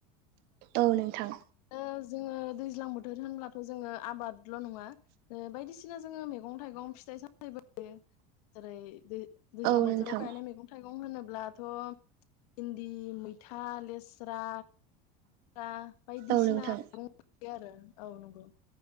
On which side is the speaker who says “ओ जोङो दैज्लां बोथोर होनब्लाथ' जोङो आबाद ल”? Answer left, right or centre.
Left